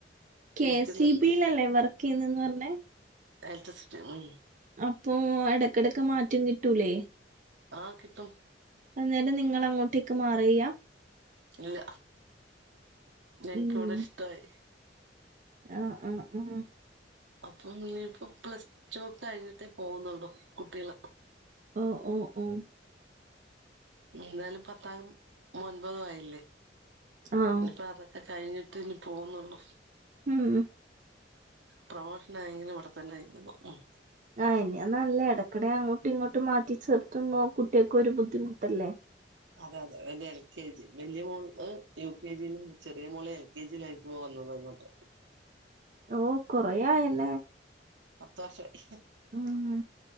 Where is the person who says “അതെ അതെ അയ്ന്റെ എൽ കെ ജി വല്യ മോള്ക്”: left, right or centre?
Right